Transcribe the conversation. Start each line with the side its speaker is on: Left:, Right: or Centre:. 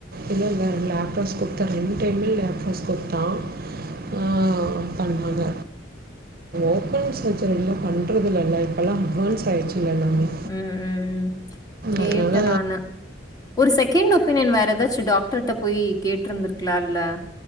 Right: இல்ல இல்ல லாப்ரஸ்கோப் தா ரெண்டு டைமே லாப்ரஸ்கோப் தா ஆ பண்வாங்க ஓப்பன் சர்ஜரியெல்லா பண்ணுறதுலல்லல இப்பல்லா அட்வான்ஸ் ஆயிடுச்சுல்ல எல்லாமே
Left: ம் ம் ம் கேட்டே
Right: அதனால
Left: நானு ஒரு செகண்ட் ஒப்பீனியன் வேற எதாச்சு டாக்டர்கிட்ட போயி கேட்ருந்துருக்கலா இல்ல